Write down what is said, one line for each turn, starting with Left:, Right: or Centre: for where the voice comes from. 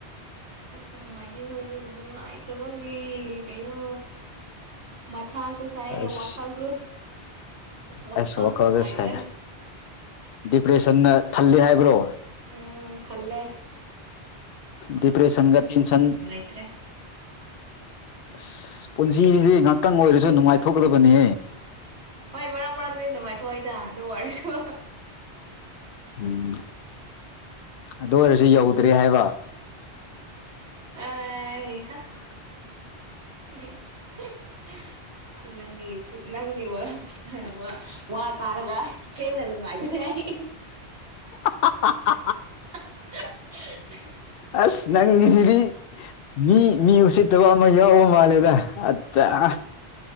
Right: ꯑꯁ ꯅꯨꯡꯉꯥꯏꯇꯦ ꯃꯣꯏꯗꯤ ꯅꯨꯡꯉꯥꯏꯇꯕꯒꯤ ꯀꯩꯅꯣ ꯃꯊꯥꯁꯨ ꯁꯥꯏꯌꯦ
Left: ꯑꯁ
Right: ꯋꯥꯈꯜꯁꯨ ꯋꯥꯈꯜꯁꯨ
Left: ꯑꯁ ꯋꯥꯈꯜꯁꯦ
Right: ꯅꯨꯡꯉꯥꯏꯗ꯭ꯔꯦ
Left: ꯁꯥꯏꯗ ꯗꯤꯄ꯭ꯔꯦꯁꯟꯅ ꯊꯜꯂꯤ ꯍꯥꯏꯕ꯭ꯔꯣ
Right: ꯎꯝ ꯊꯥꯜꯂꯦ
Left: ꯗꯤꯄ꯭ꯔꯦꯁꯟꯒ ꯇꯤꯟ ꯁꯟ
Right: ꯂꯩꯇ꯭ꯔꯦ
Left: ꯑꯁ ꯄꯨꯟꯁꯤꯁꯤꯗꯤ ꯉꯍꯥꯛꯇꯪ ꯑꯣꯏꯔꯁꯨ ꯅꯨꯡꯉꯥꯏꯊꯣꯛꯀꯗꯕꯅꯤ
Right: ꯍꯣꯏ ꯃꯔꯛ ꯃꯔꯛꯇꯗꯤ ꯅꯨꯡꯉꯥꯏꯊꯣꯛꯑꯏꯗ ꯑꯗꯨ ꯋꯥꯔꯤꯁꯨ
Left: ꯎꯝ ꯑꯗꯨ ꯑꯣꯏꯔꯁꯨ ꯌꯧꯗ꯭ꯔꯦ ꯍꯥꯏꯕ
Right: ꯑꯦ ꯍꯥ <inaudible> ꯅꯪ ꯅꯪꯒꯤ ꯋꯥ ꯋꯥ ꯋꯥ ꯇꯥꯔꯒ ꯍꯦꯟꯏ ꯅꯨꯡꯉꯥꯢꯒꯔꯦ ꯑꯩ
Left: <inaudible>
Right: <inaudible>
Left: ꯑꯁ ꯅꯪꯒꯤꯁꯤꯔꯤ ꯃꯤ ꯃꯤ ꯎꯁꯤꯠꯇꯕ ꯑꯃ ꯌꯥꯎꯕ ꯃꯥꯜꯂꯦꯗ ꯑ